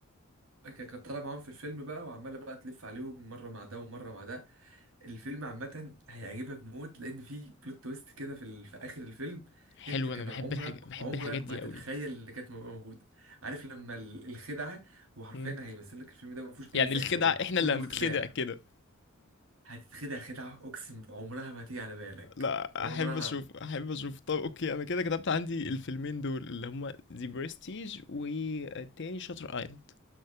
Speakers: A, on the right; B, on the left.
A: كانت طالعة معاهم في الفيلم بقى وعمالة بقى تلف عليهم مرة مع ده ومرة مع ده الفيلم عامة هيعجبك موت لأن في بلوت تويست كده في ال... في آخر الفيلم
B: حلو
A: أنت كان
B: انا بحب
A: عمرك
B: الحاجة بحب
A: عمرك
B: الحاجات دي
A: ما هتتخيل
B: قوي
A: إن كانت تبقى موجودة عارف لما ال- الخدعة وحرفيا
B: مم.
A: هيمثل لك الفيلم ده ما فيهوش أي
B: يعني
A: سحر
B: الخدع
A: ولا
B: احنا
A: كله
B: اللي هنتخدع
A: خداع
B: كده
A: هتتخدع خدعة أقسم عمرها ما تيجي على بالك
B: لا
A: عمرها
B: احب اشوف احب اشوف طب اوكي انا كده كتبت عندي
A: مم.
B: الفيلمين دول اللي هما ذا برستيج والتاني شاتر ايلاند